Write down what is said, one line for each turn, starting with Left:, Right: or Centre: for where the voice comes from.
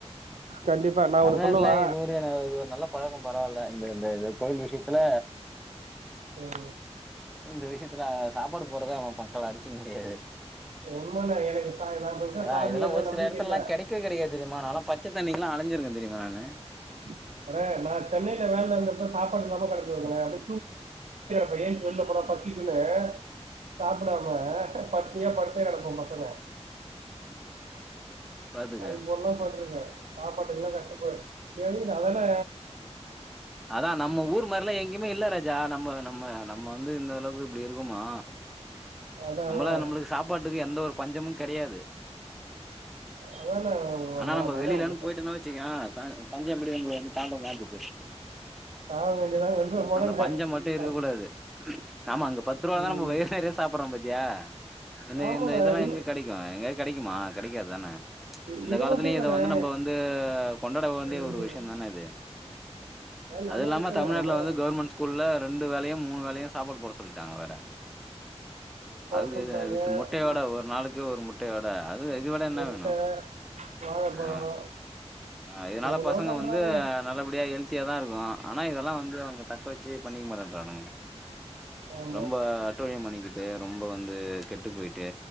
Right: கண்டிப்பா நா
Centre: தமிழ்நாட்டுல
Right: ஒன்னு சொல்லவா
Centre: இது ஒரு இது ஒரு நல்ல பழக்கோ பரவால்ல இந்த. இந்த இது கோவில் விஷியோ. த்துல.
Right: ஓஹோ.
Centre: அந்த விஷ்யத்துல சாப்பாடு போறத நம் <unintelligible> அடிச்சுக்க முடியாது
Right: உண்மண்ணே எனக்கு சா நா பெருசா
Centre: அதா
Right: சாமியெல்லா
Centre: இதெல்லா ஒரு
Right: நம்பிக்க
Centre: சில எடத்துல்லா
Right: இல்ல
Centre: கெடைக்கே கெடைக்காது தெரியுமா நால்லா ப ச்ச தண்ணிக்லா அலஞ்சிருக்கே தெரியுமா நானு
Right: <unintelligible> நா சென்னைல வேலிலருந்தப்ப சாப்பாட்டு ப <unintelligible> <unintelligible> ஏன்ச்சு வெளில போனா பசிக்குன்னு சாப்புடாம பட்னியா படுத்தே கெடப்போ பசங்க
Centre: பாத்துக்க
Right: அது போல்ல பண்ட்ருக்கே சாப்பாட்டுக்லா கஷ்டப்பட் <unintelligible> அதானே
Centre: அதா நம்ம ஊர் மார்லா எங்கெமே இல்ல ராஜா நம்ம நம்ம நம்ம வந்து இந்த அளவுக்கு இப்டி இருக்குமா
Right: அதான்
Centre: நம்பளா
Right: அதான்
Centre: நம்பளுக்கு சாப்பாட்டுக்கு எந்த ஒரு பஞ்சமு கெடயாது
Right: அதானே ம-
Centre: ஆனா
Right: ம-
Centre: நம்ப
Right: அதான்
Centre: வெளிலனு
Right: உங்க-
Centre: போயிட்டொனு வச்சுக்கே த தஞ்ச புடி உங்கள வந்து தாண்டவோ ஆடுது பரு
Right: சாக வேண்டியதான் வெளில போனேண்ணே
Centre: அந்த பஞ்சம் மட்டு இருக்க
Right: கஷ்ட-
Centre: கூடாது ஆமா அங்க பத்து ரூபாந்தா
Right: ம்.
Centre: நம்ம வயிர் நெறைய சாப்புட்றோ பாத்தியா இந்த
Right: ஆமாண்ணே
Centre: இந்த இதெல்லா
Right: இன்னும்
Centre: எங்க கெடைக்கூ எங்கை கெடைக்குமா கெடைக்காது தானே
Right: இ-
Centre: இந்த
Right: இது
Centre: காலத்துலயு
Right: மட்டும்
Centre: இத
Right: இல்லைண்ணே
Centre: வந்து நம்ப வந்து கொண்டாட வண்டிய
Right: ம்,
Centre: ஒரு விஷ்யந்தான இது
Right: அதான் நல்ல
Centre: அதில்லாம
Right: விஷயம்ண்ணே
Centre: தமிழ்நாட்ல
Right: அம்மா
Centre: வந்து கவுர்மெண்ட் ஸ்கூல்ல ரெண்டு வேலையு மூணு வேலையு சாப்பாடு போட சொல்ட்டாங்க வேற
Right: போட
Centre: அது வெ
Right: சொல்லிட்டாங்க
Centre: வ வித் முட்டையோட
Right: மு-
Centre: ஒரு நாளுக்கு ஒரு முட்டையோட அது இது விட என்ன
Right: முட்டை
Centre: வேணு
Right: வாழைப்பழம்
Centre: ஆ ஆ இதனால
Right: எவ்வளோ
Centre: பசங்க
Right: பண்றாங்கண்ணே
Centre: வந்து நல்லபடியா எல் தியா தா இருக்கூ ஆனா இதெல்லா வந்து அவுங்க தக்க வெச்சு பண்ணிக மாட்டின்றானுங்க
Right: ஆமா
Centre: ரொம்ப அட்டூழியம் பண்ணிக்கிட்டு ரொம்ப வந்து கெட்டு போயிட்டு